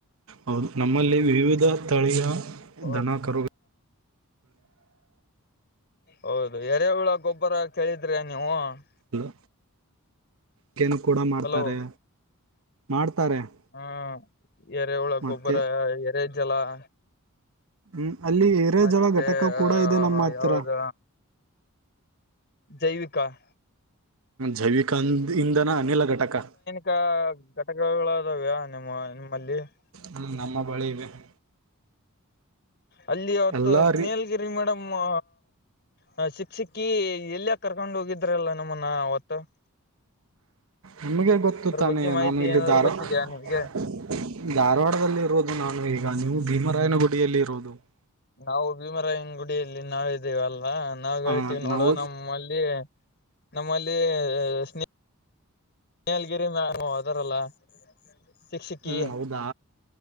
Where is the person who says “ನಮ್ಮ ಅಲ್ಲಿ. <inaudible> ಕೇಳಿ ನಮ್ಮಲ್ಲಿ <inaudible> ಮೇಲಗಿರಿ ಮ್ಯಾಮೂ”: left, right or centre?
Left